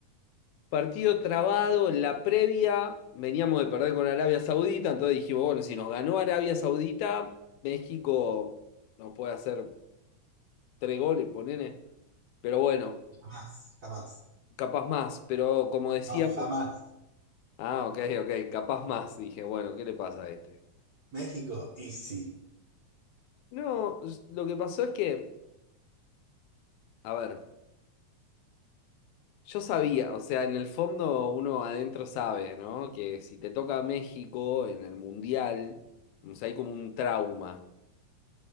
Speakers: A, on the left; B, on the right.
A: partido trabado en la previa, veníamos de perder con Arabia Saudita, entonces dijimos, bueno, si nos ganó Arabia Saudita, México no puede hacer tres goles, ponele. Pero bueno,
B: Jamás, jamás.
A: capaz más, pero como decíamos,
B: No, jamás.
A: ah, ok, ok, capaz más, dije, bueno, ¿qué le pasa a este?
B: México, easy.
A: No, s- lo que pasó es que, a ver, yo sabía, o sea, en el fondo uno adentro sabe, ¿no? Que si te toca México en el Mundial, o sea, hay como un trauma.